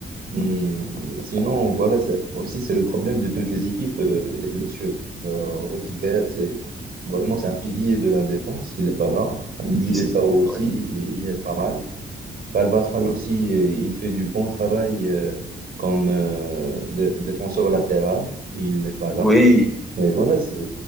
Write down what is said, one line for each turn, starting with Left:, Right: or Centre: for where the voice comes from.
Right: Mm. Sinon, voilà, c'est- aussi, c'est le problème de toutes les équipes, euh, les blessures. Euh, Rudiger, c'est... Vraiment, c'est un pilier de la défense. Il n'est pas là. Militao
Centre: c'est ça.
Right: aussi,
Centre: Oui,
Right: il il est pas mal. Carvajal aussi, euh, il fait du bon travail euh, comme euh, dé- défenseur latéral. Il n'est pas là.
Centre: oui,
Right: Mais voilà, c'est